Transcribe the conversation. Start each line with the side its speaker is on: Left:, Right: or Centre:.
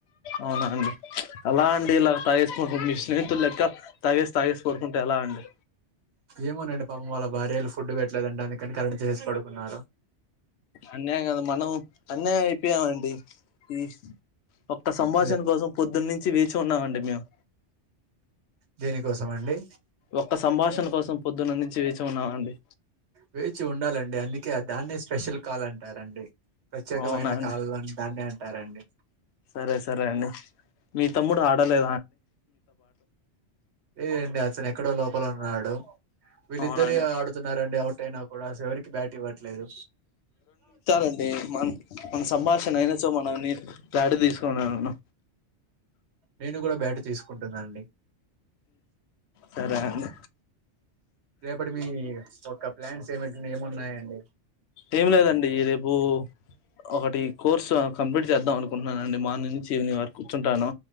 Left: అవునా అండి ప్చ్ అలా అండి ఎలా తాగేసుకుంట మీ స్నేహితులెక్కా తాగేస్. తాగేసి పడుకుంటే ఎలా అండి.
Right: ఏమోనండి పాపం వాళ్ళ భార్యలు ఫుడ్ పెట్లేదంట అందుకని కరెంట్ తీసేసి పడుకున్నారు.
Left: అన్యాయం గదా మనము అన్యా పీయమ్ అండి ఈ ఒక్క సంభాషణ
Right: లే
Left: కోసం పొద్దున్నించ్. చి వేచి ఉన్నామండి మేము.
Right: దేనికోసం అండి
Left: ఒక్క సంభాషణ కోసం పొద్దున్న నుంచి వేచి ఉన్నామండి.
Right: వేచి ఉండాలండి అందుకే దాన్నే స్పెషల్ కాల్ అంటారండి. ప్రత్యేకమైన
Left: అవునా అండి
Right: కాళ్ళ్ అని దాన్నే అంటారండి
Left: సరే సరే అండి మీ తమ్ముడు ఆడలే
Right: లేదండి అతను ఎక్కడో లోపల ఉన్నాడు. వీళ్ళిద్దరే
Left: అవునండి
Right: ఆడుతున్నారండి అవుట్ అయినా కూడా అసలు ఎవరికి బ్యాట్ ఇవ్వట్లేదు.
Left: అండి మన్ మన సంభాషణ అయినచో మనల్నీ బ్యాట్ తీసుకొన్ అవును.
Right: నేను గూడా బ్యాటు తీసుకుంటున్నానండి
Left: సరే అండి
Right: రేపటి మీ ఒక ప్లాన్స్ ఏమంట్ని ఏమున్నాయండి.
Left: ఏమి లేదండీ రేపూ ఒకటి కోర్స్ ఆ కంప్లీట్ చేద్దాం అనుకుంటున్నాను అండి మార్నింగ్ నుంచి ఈవనింగ్ వరకు కూర్చుంటాను.